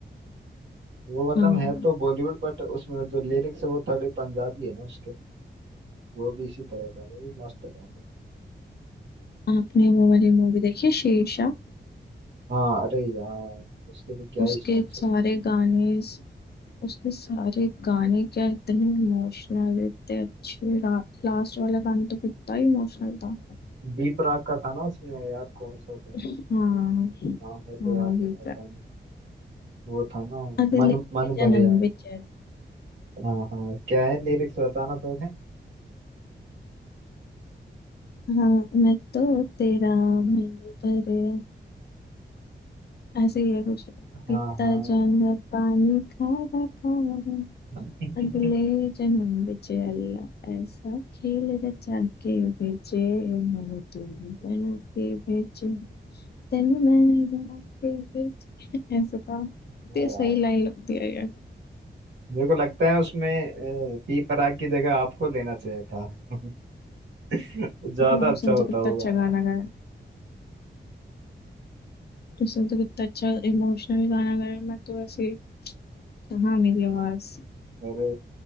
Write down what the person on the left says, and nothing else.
हाँ
आपने वो वाली मूवी देखी है, शेरशाह
उसके
सारे
गाने उसके सारे गाने क्या इतने इमोशनल इतने अच्छे लास्ट वाला गाना तो कितना इमोशनल था
हाँ
हाँ
भी
अगले
जन्म
विच
हाँ मैं तो तेरा मन भरे ऐसे ही है कुछ
पीता
जाऊंगा पानी खारा खारा
अगले
जन्म बिच अल्लाह ऐसा खेल रचा के भेजे मैं तू बना के भेजे तेनू मैं बना के भेजे ऐसा था
ते सही लाइन लगती है यार
हाँ
सुन
तो कितना
अच्छा
गाना गाया तो सुन तो कितना अच्छा इमोशनल गाना गाया मैं तो ऐसे हाँ मेरी आवाज